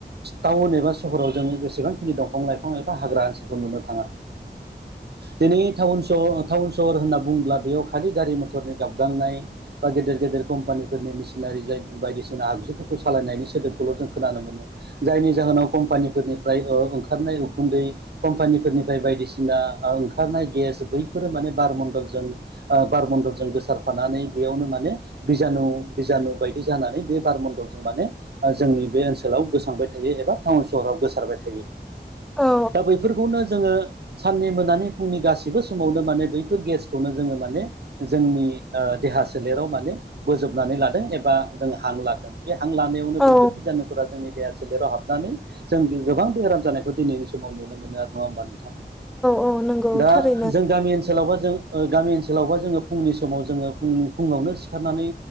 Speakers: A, on the right; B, in the centre.
A: टाउन एबा सहराव जों बेसेबां दंफां लाइफां एबा हाग्रा ओनसोलखौ नुनो थाङा दि टाउन सहर होनना बुङोब्ला बेयाव खालि गारि मटरनि गाबगांनाय बा गेदेर गेदेर कम्पानिफोरनि मिसिनारि जाय बायदिसिना आगजुफोरखौ सालायनायनि सोदोबखौल जों खोनानो मोनो जायनि जाहोनाव कम्पानिफोरनिफ्राय ओंखारनाय उखुन्दै कम्पानिफोरनिफ्राय बायदिसिना ओंखारनाय गेस बैफोरो माने बारमन बारमनडलजों गोसारफानानै बेयावनो माने बिजानु बिजानु बाय जानानै बे बारमन्दलजों माने जोंनि बे ओनसोलाव गोसांबाय थायो एबा टाउन सहराव गोसारबाय थायो
B: औ
A: बैफोरखौनो जोङो साननै मोनानि फुंनि गासिबो समावनो माने बैफोर गेसखौनो जोङो माने जोंनि दे हा सोलेराव माने बोजोबनानै लादों एबा जों हां लादों बे हां लानायावनो बैफोर
B: औ
A: बिजानुफोरा जोंनि देहा सोलेराव हाबनानै जों गोबां बेहराम जानायखौ दिनैनि समाव नुनो मोनो आरो नङा होमबा नों थां
B: औ नंगौ
A: दा
B: थारैनो
A: जों गामि ओनसोलावबा जों गामि ओनसोलावबा जोङो फुंनि समाव जोङो फुङावनो सिखारनानै